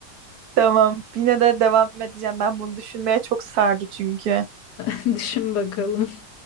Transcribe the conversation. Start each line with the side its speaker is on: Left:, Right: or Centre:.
Right: Tamam. Yine de devam edeceğim. Ben bunu düşünmeye çok sardı çünkü.
Left: <laughs> Düşün bakalım.